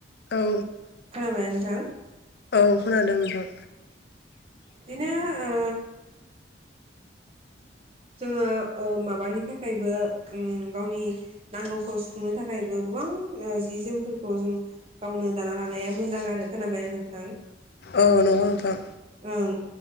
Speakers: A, on the left; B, on the right.
A: औ
B: खोनाबाय थां
A: औ खोनादों नोंथां
B: बिदिनो ओ जोङो ओ माबानि थाखायबो उम गावनि नांगौखौ सुफुंनो थाखायबो गोबां जि जोमफोरखौ जों गावनो दाना लानाया मोजां आरो खोनाबायना नोंथां
A: औ नंगौ नोथां
B: ओं